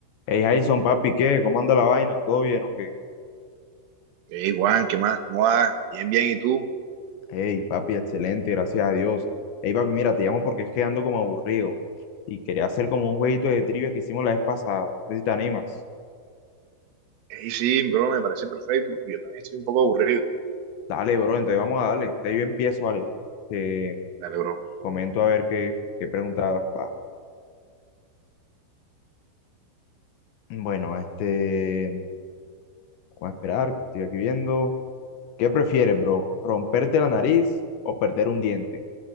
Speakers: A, on the left; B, on the right.
A: Hey Jason, papi, ¿qué? ¿Cómo anda la vaina? ¿Todo bien o qué?
B: Hey Juan, ¿qué más? ¿Cómo vas? Bien, bien, ¿y tú?
A: Hey, papi, excelente, gracias a Dios. Hey, papi, mira, te llamo porque es que ando como aburrido y quería hacer como un jueguito de trivia que hicimos la vez pasada. No sé si te animas.
B: Hey, sí, bro, me parece perfecto. porque Yo también estoy un poco aburrido.
A: Dale, bro, entonces vamos a darle. Te yo empiezo, vale. Te
B: Dale, bro.
A: comento a ver qué, qué pregunta va. Bueno, este, vamos a esperar, que estoy aquí viendo. ¿Qué prefieres, bro? ¿Romperte la nariz o perder un diente?